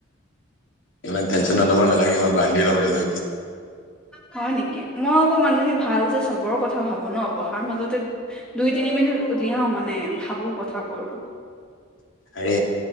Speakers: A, on the left (about 70°); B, in the centre.
A: ইমান তেনচন লব নালাগে মই বান্ধি লও নিজকে।
B: হয় নেকি, মই অকৌ মানুহজনী ভাল যে চবৰ কথা ভাবো ন পঢ়াৰ মাজতে দুই- তিনিমিনিট উলিয়াও মানে ভাবো কথাবোৰ।
A: আৰে,